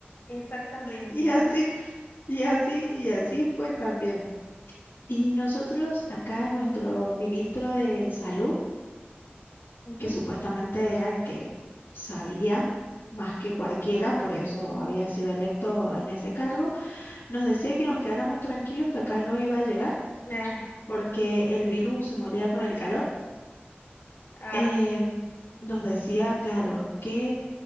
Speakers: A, on the left (about 60°); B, on the left (about 85°).
A: Exactamente.
B: Y así, y así, y así fue también. Y nosotros acá, nuestro ministro de Salud,
A: Ujú.
B: que supuestamente era el que sabía más que cualquiera, por eso había sido electo en ese cargo, nos decía que nos quedáramos tranquilos que acá no iba a llegar
A: Ay,
B: porque el virus se moría con el calor.
A: ah
B: Eh, nos decía, claro, que